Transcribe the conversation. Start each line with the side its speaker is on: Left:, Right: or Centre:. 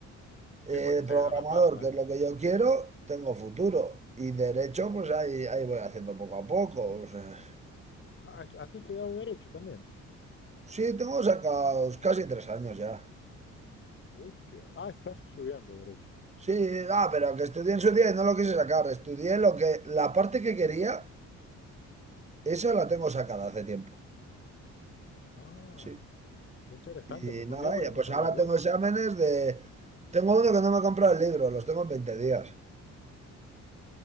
Right: Eh,
Left: Sí, porque se
Right: programador,
Left: gana pasta,
Right: que
Left: ¿eh?
Right: es lo que yo quiero, tengo futuro. Y derecho, pues ahí, ahí voy haciendo poco a poco. o sea.
Left: Ah, ¿Has has estudiado derecho también?
Right: sí, tengo sacados casi tres años ya.
Left: Hostia. Ah, estás estudiando Derecho.
Right: Sí, ah, pero que estudié en su día y no lo quise sacar. Estudié lo que, la parte que quería, esa la tengo sacada hace tiempo.
Left: Ah,
Right: Sí.
Left: qué interesante.
Right: Y
Left: Pues
Right: nada,
Left: un día podríamos
Right: y pues
Left: hablar
Right: ahora
Left: de
Right: tengo
Left: eso.
Right: exámenes de... Tengo uno que no me ha comprado el libro, los tengo en 20 días.